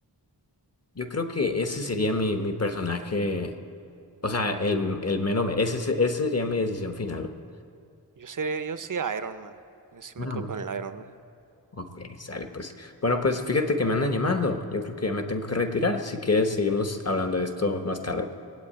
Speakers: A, on the left; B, on the right.
A: yo creo que ese sería mi, mi personaje. O sea, el, el menos, ese, ese ese sería mi decisión final. güey.
B: Yo seré, yo sí Iron Man. Yo sí
A: Ah,
B: me quedo
A: no.
B: con el Iron Man.
A: Ok, sale pues. Bueno, pues fíjate que me andan llamando. Yo creo que ya me tengo que retirar. Si quieres, seguimos hablando de esto más tarde.